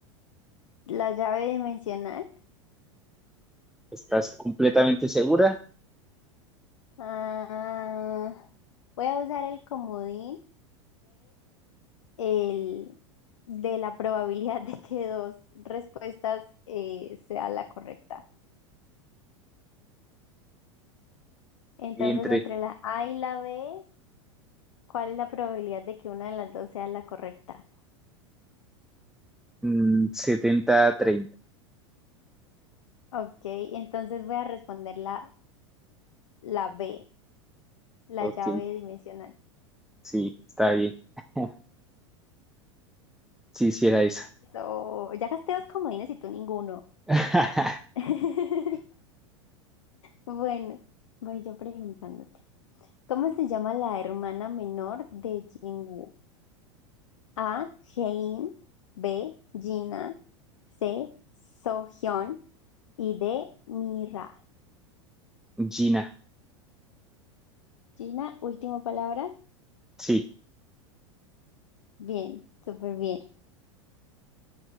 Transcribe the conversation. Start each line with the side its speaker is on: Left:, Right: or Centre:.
Left: La llave dimensional.
Centre: ¿Estás completamente segura?
Left: Ah, voy a usar el comodín el, de la probabilidad de que dos respuestas eh, sea la correcta. Entonces,
Centre: Entre
Left: entre la A y la B, ¿cuál es la probabilidad de que una de las dos sea la correcta?
Centre: mm, 70 a 30.
Left: Ok, entonces voy a responder la, la B, la
Centre: Ok,
Left: llave dimensional.
Centre: sí, está bien. <laughs> Sí, sí era esa.
Left: Eso, ya gasté dos comodines y tú ninguno.
Centre: <laughs>
Left: <laughs> Bueno, voy yo preguntándote. ¿Cómo se llama la hermana menor de Jinwoo? A. Hein, B. Gina, C. Sohyun y D. Mira.
Centre: Gina,
Left: Gina, última palabra.
Centre: sí.
Left: Bien, súper bien.